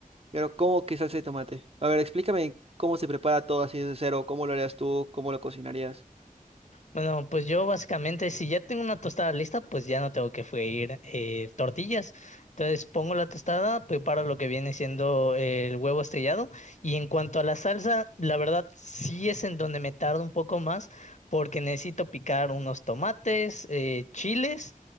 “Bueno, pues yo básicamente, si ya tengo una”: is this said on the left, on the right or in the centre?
Left